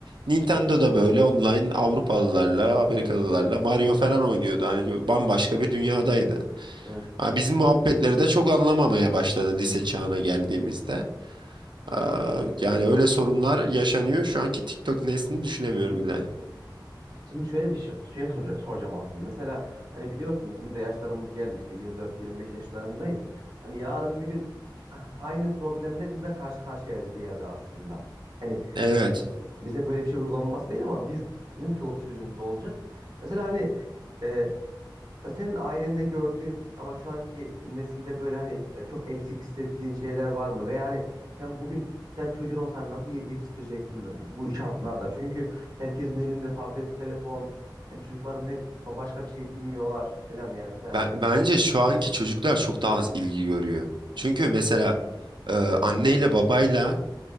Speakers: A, on the right; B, on the right.
A: Nintendo'da böyle online Avrupalılarla, Amerikalılarla Mario falan oynuyordu. Hani bambaşka bir dünyadaydı.
B: Evet.
A: Ha, bizim muhabbetleri de çok anlamamaya başladı lise çağına geldiğimizde. Aa, yani öyle sorunlar yaşanıyor. Şu anki TikTok neslini düşünemiyorum bile.
B: Şimdi şöyle bir şey, şey sorca- soracağım aslında. Mesela hani biliyorsun bizim de yaşlarımız geldi işte 24-25 yaşlarındayız. Hani yarın bir gün ah, aynı problemle biz de karşı karşıyayız bir yerde aslında. Hani
A: Evet.
B: e, bize böyle bir şey uygulanması değil ama biz bizim çoluk çocuğumuz olacak. Mesela hani e, Ya senin ailende gördüğün ama şu anki nesilde böyle hani e, çok eksik hissettiğin şeyler var mı? Veya hani sen bugün bir tane çocuğun olsan hani nasıl ye- yetiştireceksin bu, bu şartlarda? Çünkü herkesin elinde tablet, telefon, yani çocukların hep ba- başka bir şey bilmiyorlar falan yani mesela.
A: Ben, bence şu anki çocuklar çok daha az ilgi görüyor. Çünkü mesela e, anneyle babayla